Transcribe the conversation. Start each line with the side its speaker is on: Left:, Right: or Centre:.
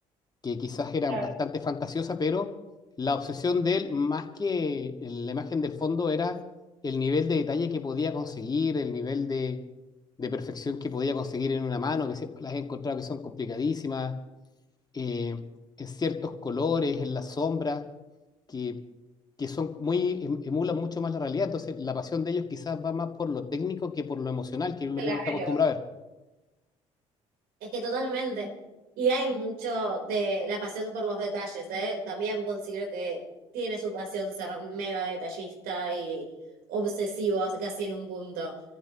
Left: que quizás era
Right: claro.
Left: bastante fantasiosa, pero la obsesión de él, más que la imagen del fondo, era el nivel de detalle que podía conseguir, el nivel de, de perfección que podía conseguir en una mano, que siempre las he encontrado que son complicadísimas, eh, en ciertos colores, en las sombras, que, que son muy, em- emulan mucho más la realidad. Entonces, la pasión de ellos quizás va más por lo técnico que por lo emocional, que es lo
Right: Claro.
Left: que uno está acostumbrado a ver.
Right: Es que totalmente. Y hay mucho de la pasión por los detalles, ¿eh? También considero que tiene su pasión ser mega detallista y obsesivo casi en un punto.